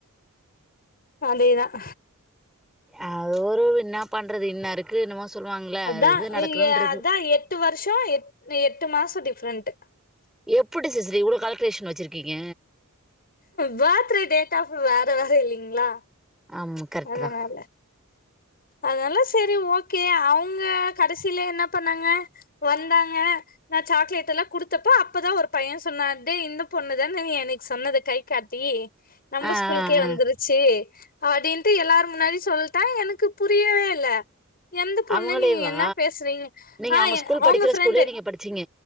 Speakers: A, on the left; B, in the centre.
A: அதேதான்
B: அய் அ ஒரு என்ன பண்றது இன்ன இருக்கு என்னமோ சொல்லுவாங்கல்ல
A: அதான்
B: அது அது நடக்கணுன்ருக்கு
A: எ அதான் எட்டு வருஷம் எட் எட்டு மாசம் டிஃப்ரெண்ட்
B: எப்டி சிஸ்டர் இவ்ளோ கால்குலேஷன் வச்சிருக்கீங்க
A: பேத்டே டேட் ஆஃப் வேற வேற இல்லைங்களா
B: ஆமா கரெக்டு
A: அதனால
B: தான்
A: அதனால செரி ஓகே அவுங்க கடைசில என்ன பண்ணாங்க வந்தாங்க நா சாக்லேட் எல்லாம் குடுத்தப்போ அப்போதான் ஒரு பையன் சொன்ன டே இந்த பொண்ணுதான்ன நீ எனக்கு சொன்னது கை காட்டி நம்ம
B: ஆ
A: ஸ்கூலுக்கே
B: ஆ ஆ
A: வந்துருச்சு அப்டின்னு ட்டு எல்லாரும் முன்னாடி சொல்லிட்டா எனக்கு புரியவே இல்ல எந்த பொண்ணு
B: அவங்களேவா
A: நீங்க என்ன பேசுறீங்க
B: நீங்க
A: ஆ
B: அவங்க ஸ்கூல்
A: அவுங்க
B: படிக்கிற
A: ஃப்ரெண்டு
B: ஸ்கூல்லயே நீங்க படிச்சீங்க